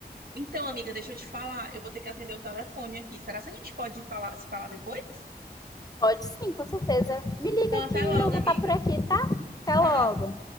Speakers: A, on the right; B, on the left.
A: Então, amiga, deixa eu te falar. Eu vou ter que atender o telefone aqui. Será que a gente pode falar, se falar depois?
B: Pode sim, com certeza. Me liga
A: Então, até
B: que
A: logo,
B: eu vou
A: amiga.
B: estar por aqui, tá? Até
A: Tá.
B: logo.